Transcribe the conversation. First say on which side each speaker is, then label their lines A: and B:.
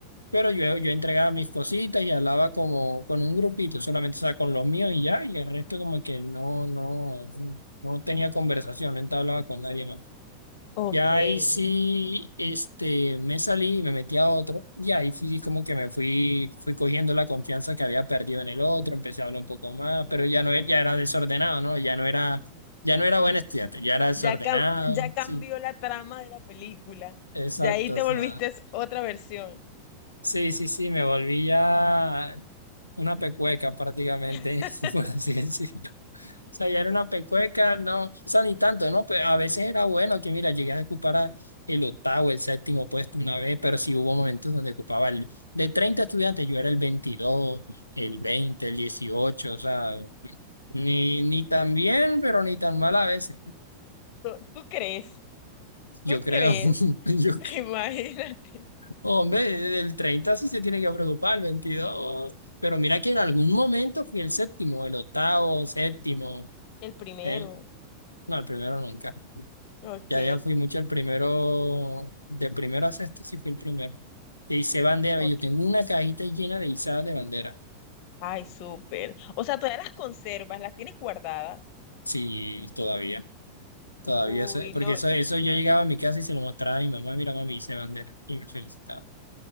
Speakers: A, on the left; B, on the left.
A: pero yo, yo entregaba mis cositas y hablaba como con un grupito, solamente, o sea, con los míos y ya, y el resto como que no, no, no tenía conversación, no hablaba con nadie más.
B: ok.
A: Ya ahí sí, este, me salí y me metí a otro. Y ahí fui como que me fui, fui cogiendo la confianza que había perdido en el otro, empecé a hablar un poco más, pero ya no, e- ya era desordenado, ¿no? Ya no era, ya no era buen estudiante, ya era desordenado.
B: Ya, cam- ya cambió
A: Sí,
B: la trama de la película.
A: exacto.
B: Ya ahí te
A: O sea,
B: volviste es otra versión.
A: sí, sí, sí, me volví ya una pecueca prácticamente,
B: <laughs>
A: <laughs> por así decirlo. sea, ya era una pecueca, no, o sea, ni tanto, ¿no? Pues a veces era bueno que, mira, llegué a ocupar a el octavo, el séptimo puesto una vez, pero sí hubo momentos donde ocupaba el, de 30 estudiantes, yo era el 22 el 20 el 18 o sea, ni, ni tan bien, pero ni tan mal a veces,
B: ¿Tú, tú crees?
A: yo
B: ¿Tú
A: creo,
B: crees?
A: <laughs> yo,
B: <laughs>
A: creo.
B: Imagínate.
A: hombre, el 30 sí se tiene que preocupar, el 22 pero mira que en algún momento fui el séptimo, el octavo, séptimo,
B: El primero.
A: ¿eh? No, el primero nunca.
B: Ok.
A: Ya, ya fui mucho el primero, de primero a sexto sí fui el primero. Te hice bandera,
B: Okay.
A: yo tengo una cajita llena de izadas de bandera.
B: Ay, súper. O sea, todavía las conservas, las tienes guardadas.
A: Sí, todavía, todavía,
B: Uy,
A: sé, porque
B: no.
A: eso, eso yo llegaba a mi casa y se lo mostraba a mi mamá, mira, mami, hice bandera, y me felicitaba.